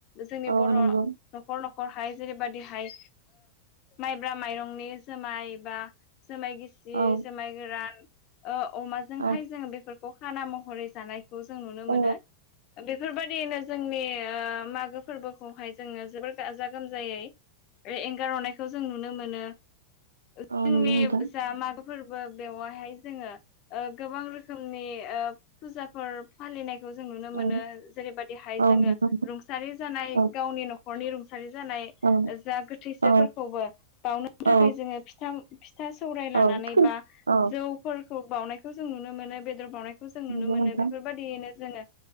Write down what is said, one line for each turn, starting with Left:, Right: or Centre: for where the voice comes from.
Left: जोंनि
Right: औ
Left: बर'।
Right: नंगौ
Left: न'खर न'खरहाय जेरैबायदिहाय माइब्रा माइरंनि जोमाय बा। जोमाय गिसि
Right: औ
Left: जोमाय गोरान ओ अमाजोंहाय
Right: औ
Left: जोङो बेफोरखौ। बेखौ खाना महरै जानायखौ जों नुनो
Right: औ
Left: मोनो। बेफोरबायदियैनो जोंनि ओ मागो फोरबोखौहाय। जोङो जोबोर गाजा गोमजायै ओ एंगारनायखौ जों नुनो मोनो। ओ जोंनि
Right: औ नंगौ नोंथां
Left: जा मागो। फोरबो बेवहाय जोङो ओ गोबां रोखोमनि ओ फुजाफोर फालिनायखौ। जों नुनो मोनो
Right: औ
Left: जेरैबायदिहाय
Right: औ
Left: जोङो
Right: नंगौ
Left: रुंसारि जानाय
Right: औ
Left: गावनि न'खरनि रं जानाय
Right: औ
Left: जा गोथैसोफोरखौबो
Right: औ
Left: बावनो
Right: औ
Left: थाखाय जोङो फिथा फिथा सौराय
Right: औ
Left: लानानै बा
Right: औ
Left: जौफोरखौ बावनायखौ जों नुनो मोनो। बेदर बावनायखौ जों नुनो
Right: नंगौ
Left: मोनो
Right: नोंथां
Left: बेफोरबायदियैनो जोङो